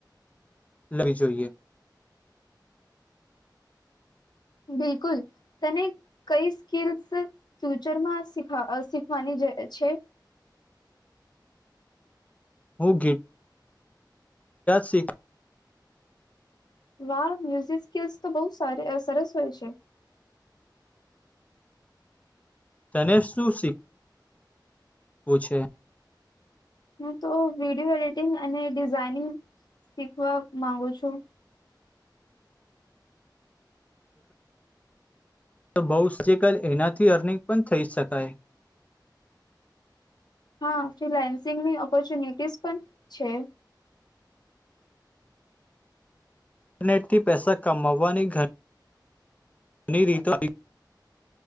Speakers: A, on the left; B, on the left.
A: લેવી જોઈએ
B: બિલકુલ તને કઈ સ્કીલ્સ ફ્યુચરમાં શીખવાની છે
A: હકે સિક
B: વા મ્યુઝિક સ્કિલ્સ તો બહુ સ સરસ હોય છે
A: તને શું શીખ પૂછે
B: હું તો વિડીિયો એડિટિંગ અને ડિઝઇનિંગ શીખવા માંગુ છું
A: બઉ સજલ એનાથી અર્નિંગ પણ થઈ શકાય
B: હા ફિલાયન્સિંગની ઓપોર્ચ્યુનિટીઝ પણ છે
A: ઇન્ટરનેટથી પૈસા કમાવવાની ઘર ઘની રીતા